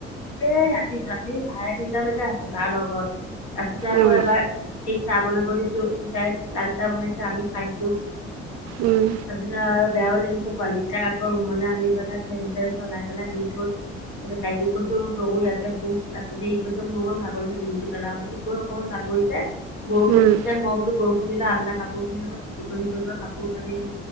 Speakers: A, on the left; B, on the right.
A: এই ৰাতি ৰাতি চাৰে তিনটালৈকে আছো কাৰ লগত, তাছোটিয়াকে আকৌ
B: উম
A: এবাৰ, কি চাহ বনাব দিছো তাই লাল চাহ বনাইছে আমি খাইছো
B: উম
A: তছিতা আৰু বেয়াও লাগি পোৱালী কেইটাৰ আকৌ ৰুমলে আনি পেলাই ফেন চেন চলাই পেলাই দি থৈ তাইকো কৈছো তইয়ো ইয়াতে শু তাৰপিছতে ই কৈছে মোৰ অকণ ভাগৰিছে ডিঙটো পেলাও বুলি কৈ অকনমান ভাগৰিছে বৰষুণ
B: উম
A: দিছে মই বোলো বৰষুণ দিলে আলনা কাপোৰখিনি ওপৰত চিটিকনি পৰিব কাপোৰ কানি